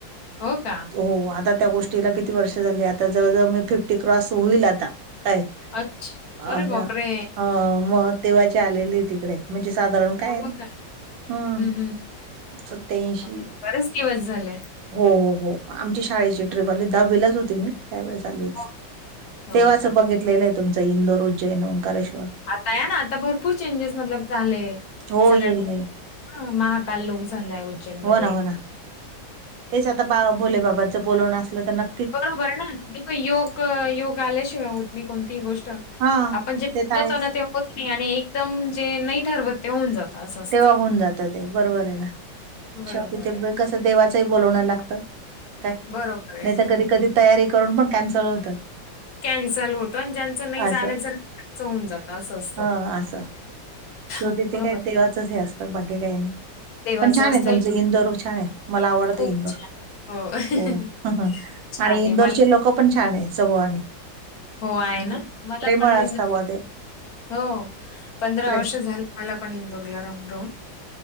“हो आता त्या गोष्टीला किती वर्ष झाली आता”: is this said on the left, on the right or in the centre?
Right